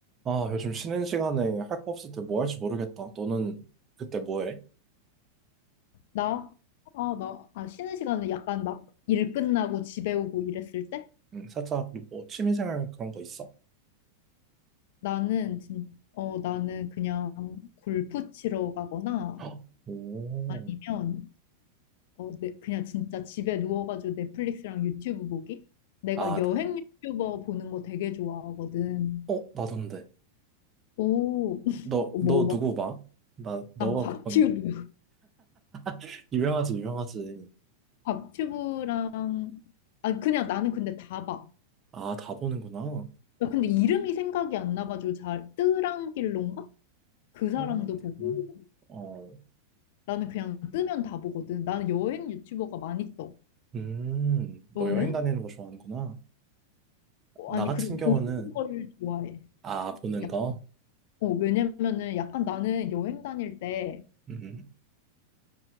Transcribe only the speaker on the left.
나? 아, 나, 아, 쉬는 시간에 약간 막 일 끝나고 집에 오고 이랬을 때?
나는, 진, 어, 나는 그냥 골프 치러 가거나
아니면, 어, 내, 그냥 진짜 집에 누워가지고 넷플릭스랑 유튜브 보기? 내가
여행
유튜버 보는 거 되게 좋아하거든.
오,
<laughs> 뭐,
막,
난 곽튜브.
곽튜브랑, 아, 그냥 나는 근데 다 봐.
나 근데 이름이 생각이 안 나가지고 잘, 뜨랑길론가? 그
사람도
보고.
나는 그냥 뜨면 다 보거든. 나는 여행 유튜버가 많이 떠.
너는?
어,
아니,
그리고 보는
걸 좋아해.
야,
어, 왜냐면은 약간 나는 여행 다닐 때,